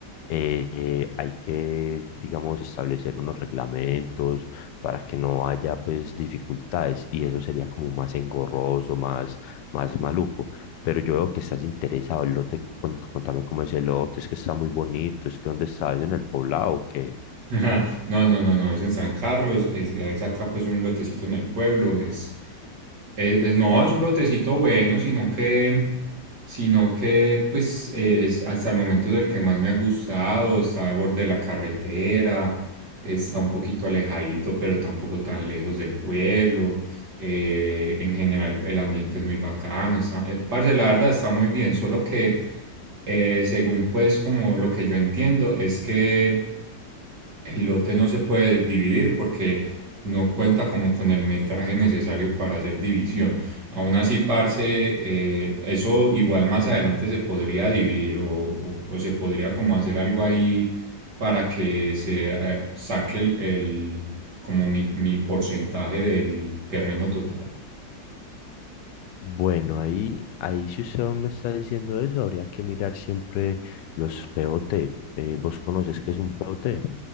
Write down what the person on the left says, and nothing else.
eh, eh, hay que, digamos, establecer unos reglamentos para que no haya, pues, dificultades y eso sería como más engorroso, más, más maluco. Pero yo veo que estás interesado, el lote, cuen- contame cómo es el lote, es que está muy bonito, es que dónde está, es en el poblado, que...
Bueno, ahí, ahí si usted me está diciendo eso, habría que mirar siempre los POT. Eh, ¿vos conoces qué es un POT?